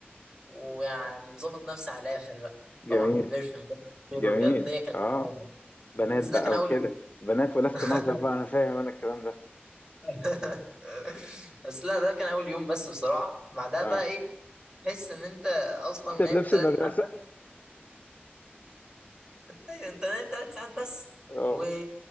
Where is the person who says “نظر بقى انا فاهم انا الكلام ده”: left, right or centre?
Left